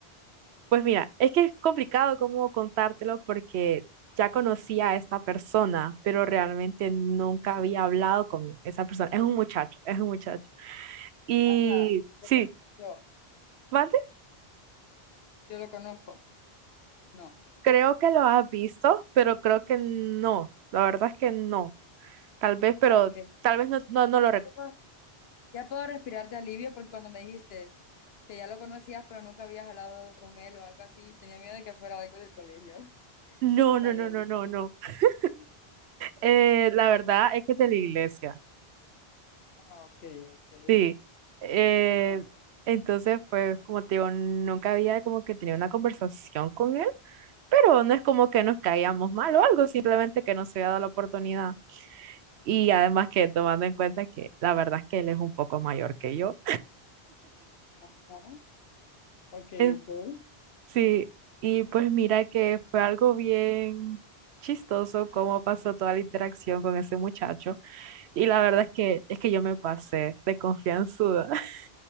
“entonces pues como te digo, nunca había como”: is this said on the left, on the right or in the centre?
Right